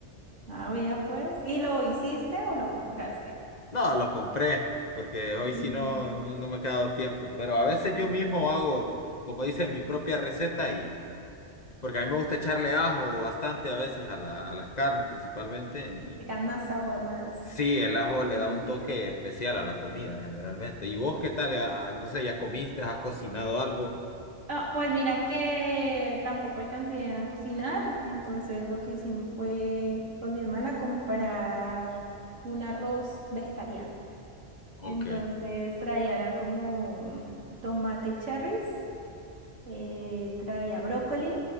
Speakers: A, on the right; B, on the left.
A: Ah, mira, pues. ¿Y lo hiciste o lo compraste?
B: No, lo compré, porque hoy
A: Ujú,
B: sí no, no, no me ha quedado tiempo. Pero a veces
A: ay,
B: yo mismo
A: sí.
B: hago, como dicen, mi propia receta y porque a mí me gusta echarle ajo bastante a veces a la- a las carnes principalmente. Y
A: Que tengan
B: pues
A: más sabor, más.
B: sí, el ajo le
A: Ujú.
B: da un toque especial a la comida generalmente. ¿Y vos qué tal? Ah, no sé, ¿ya comiste? ¿Has cocinado algo?
A: Ah, pues mira que tampoco alcancé a cocinar, entonces lo que hicimos fue con mi hermana comprar un arroz vegetariano.
B: Ok,
A: Entonces traía era como tomate cherries, eh, traía brócoli,